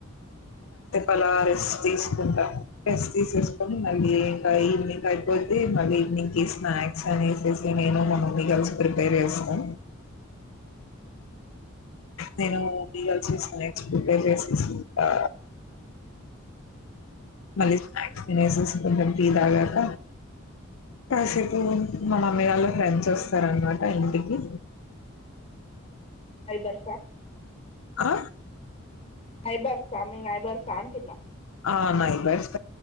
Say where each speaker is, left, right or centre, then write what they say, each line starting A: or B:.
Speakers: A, on the left (about 75°); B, on the left (about 30°).
A: అలా రెస్ట్ తీస్ కుంటా రెస్ట్ తీసేసుకొని మళ్ళీ ఇంకా ఈవినింగ్ అయిపోతే మళ్ళీ ఈవినింగ్ క స్నాక్స్ అ నైటు నేను మా మమ్మీ కలిసి ప్రిపేర్ చేస్తా
B: ఉహు
A: నేను క చేసి నెక్స్ట్ ప్రిపేర్ చేసేసి ఇంకా మళ్ళీ స్నాక్స్ తినేసేసి కొంచెం టీ తాగాక కాసేపు మా మమ్మీ వాళ్ళ ఫ్రెండ్స్ వస్తారనమాట ఇంటికి
B: నైబర్సా
A: ఆ
B: నైబర్స మీ నైబర్స అంటున్నా
A: ఆ నైబర్స